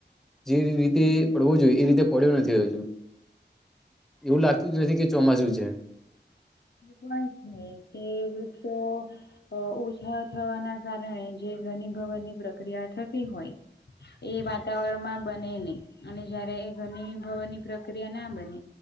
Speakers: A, in the centre; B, on the left.
A: જે રીતે પડવો જોઈએ એ રીતે પડ્યો નથી હજુ. એવું લાગતું જ નથી કે ચોમાસું છે.
B: જે પણ છે કે વૃક્ષો ઓછા થવાના કારણે જે ઘણી ભવનની પ્રક્રિયા થતી હોય એ વાતાવરણમાં બને નહી અને જયારે એ ઘરની ભવનની પ્રક્રિયા ના બને